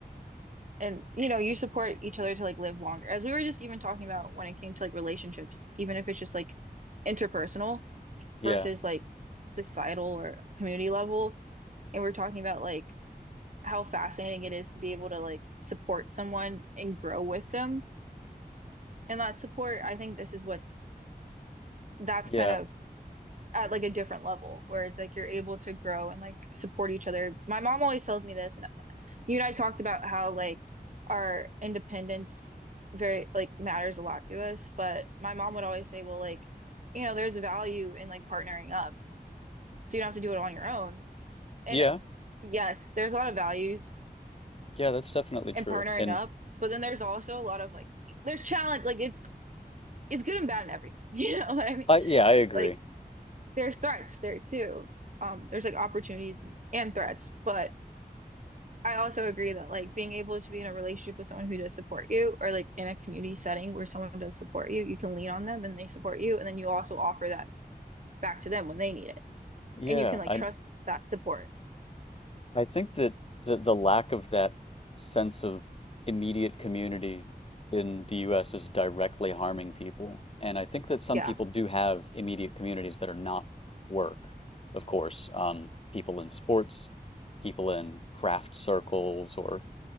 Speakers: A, on the right; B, on the left.
A: and you know you support each other to like live longer as we were just even talking about when it came to like relationships even if it's just like interpersonal
B: Yeah.
A: versus like societal or community level and we're talking about like how fascinating it is to be able to like support someone and grow with them and that support I think this is what that's
B: Yeah.
A: kind of at like a different level where it's like you're able to grow and like support each other my mom always tells me this and you and I talked about how like our independence very like matters a lot to us, but my mom would always say, well, like, you know, there's value in like partnering up. So you don't have to do it on your own. And
B: Yeah.
A: yes, there's a lot of values
B: Yeah, that's definitely true.
A: in partnering
B: And
A: up, but then there's also a lot of like there's challenge like it's it's good and bad and everything. <laughs> You know what I mean?
B: I yeah, I agree.
A: Like there's threats there too. Um, there's like opportunities and threats, but I also agree that like being able to be in a relationship with someone who does support you or like in a community setting where someone does support you, you can lean on them and they support you and then you also offer that back to them when they need it.
B: Yeah,
A: And you can like
B: I
A: trust that support.
B: I think that the, the lack of that sense of immediate community in the US is directly harming people. And I think that some
A: Yeah.
B: people do have immediate communities that are not work, of course. Um, people in sports, people in craft circles or